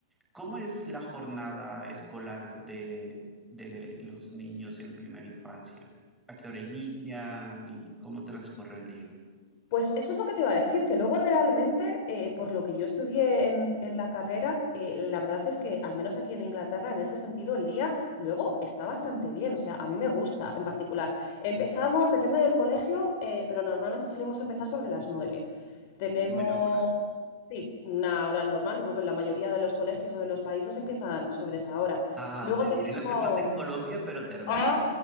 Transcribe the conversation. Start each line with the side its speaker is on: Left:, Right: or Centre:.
Centre: ¿cómo es la jornada escolar de, de los niños en primera infancia? ¿A qué hora inician y cómo transcurre el día?
Left: pues eso es lo que te iba a decir, que luego realmente, eh, por lo que yo estudié en, en la carrera, eh, la verdad es que, al menos aquí en Inglaterra, en ese sentido, el día luego está bastante bien. O sea, a mí me gusta en particular. Empezamos, depende del colegio, eh, pero normalmente solemos empezar sobre las nueve. Tenemos
Centre: Buena hora.
Left: Sí, una hora normal. Yo creo que en la mayoría de los colegios o de los países empiezan sobre esa hora.
Centre: Ah,
Left: Luego
Centre: te
Left: tenemos
Centre: diré lo que pasa en Colombia, pero termino.
Left: Ah,